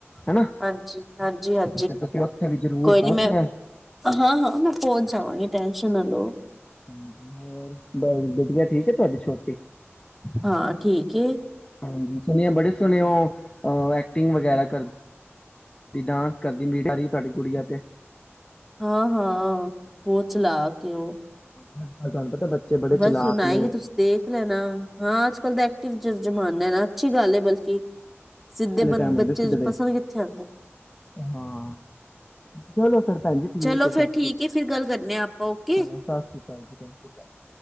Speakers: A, on the left; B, in the centre.
A: ਹਨਾ
B: ਹਾਂਜੀ ਹਾਂਜੀ ਹਾਂ
A: ਤੇ ਤੁਸੀਂ ਉੱਥੇ ਵੀ ਜ਼ਰੂਰ
B: ਕੋਈ
A: ਪਹੁੰਚਣਾ
B: ਨੀ ਮੈਂ
A: ਹੈ
B: ਹਾਂ ਹਾਂ ਮੈਂ ਪਹੁੰਚ ਜਾਵਾਂਗੀ ਟੈ <unintelligible>
A: ਹਾਂਜੀ ਹੋਰ ਬਸ ਵਧੀਆ ਠੀਕ ਹੈ ਤੁਹਾਡੀ ਛੋਟੀ
B: ਹਾਂ ਠੀਕ
A: ਹਾਂਜੀ ਸੁਣਿਆ ਬੜੇ ਸੋਹਣੇ ਉਹ ਐਕਟਿੰਗ ਵਗੈਰਾ ਕਰਦੀ ਡਾਂਸ ਕਰਦੀ ਮ ਤੁਡੀ ਕੁੜੀਆਂ ਤੇ
B: ਹਾਂ ਹਾਂ ਉਹ ਚਲਾ ਕੇ ਉਹ
A: <inaudible> ਬੜੇ
B: ਬਸ
A: ਚਲਾਕ
B: ਹੁਣ ਆਏਗੀ
A: ਨੇ
B: ਤੁਸੀਂ ਦੇਖ ਲੈਣਾ ਹਾਂ ਅੱਜ ਕੱਲ੍ਹ ਦਾ ਐਕਟਿਵ ਜ਼ਮਾਨਾ ਨਾ ਅੱਛੀ ਗੱਲ ਹੈ ਬਲਕਿ ਸਿੱਧੇ ਬੰ
A: ਆਉਦੇ
B: ਬੱਚੇ
A: ਸਿੱਧ
B: ਪਸੰਦ ਕਿੱਥੇ ਆਂਦੇ
A: ਹਾਂ ਚਲੋ ਫਿਰ ਭੈਣ ਜੀ ਠੀਕ
B: ਚਲੋ ਫੇਰ
A: ਸਤਿ
B: ਠੀਕ
A: ਸ੍ਰੀ ਅਕਾਲ
B: ਏ ਫਿਰ ਗੱਲ ਕਰਨੇ ਆ ਆਪਾਂ ਓਕੇ,
A: ਹਾਂ ਸਤਿ ਸ੍ਰੀ ਅਕਾਲ ਜੀ ਸਤਿ੍ਰੀ ਅਕਾਲ